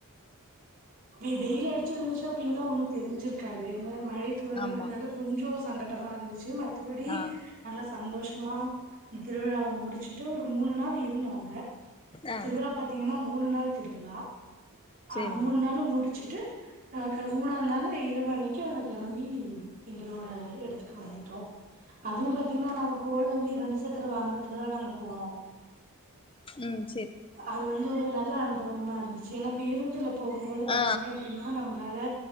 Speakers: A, on the right; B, on the left.
A: நீ வெய்லு அடிச்சு இருந்துச்சு அப்டின்னா ஒன்னு தெரிஞ்சிருக்காது வேம்மு மழை தூரலுங்க்ரனால
B: ஆமா
A: கொஞ்சோ சங்கட் டமா இருந்துச் சு மத்தப்படி
B: ஆ
A: நல்ல சந்தோஷமா திருவிழாவ முடிச்சுட்டு ஒரு மூனு நாள் இருந்தோ அங்க
B: ஆ
A: திருவிழா பாத்தீங்கன்னா மூனு நாள் திருவிழா அஹ்
B: சேரிங்க
A: மூனு நாளு முடிச்சுட்டு ஆஹ் க மூனாவது நாள் இரவன்னிக் கி அங்க கெளம்பி எங்களோட எடத்துக்கு வந்துட்டோ அதுவு பாத்தீங்கன்னா நாங்க போனது வந்து இரண்டு சக்கர வாங்கனத்துலதா நாங்க போனோ
B: உம்
A: அது வந்து ஒரே ஒரு நாள் ல அனுபவமா இருந்துச்சு எனா பேருந்துலப் போகும்போது பாத்தீங்க
B: ஆ
A: அப்டின்னா நம்ளால